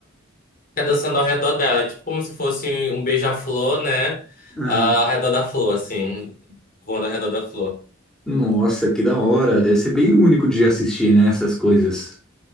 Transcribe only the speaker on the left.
Fica dançando ao redor dela, é tipo como se fosse um beija-flor, né?
Ah, ao redor da flor, assim, voando ao redor da flor.